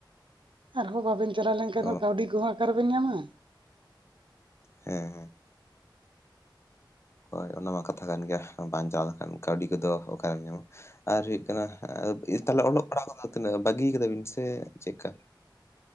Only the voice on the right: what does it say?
ᱟᱨᱦᱚ ᱵᱟᱵᱮᱱ ᱪᱟᱞᱟᱣ ᱞᱮᱱ ᱠᱟ.
ᱭᱰᱤ ᱦᱟᱸᱜ-ᱟ ᱚᱠᱟ ᱨᱮᱵᱮᱱ ᱧᱟᱢᱟ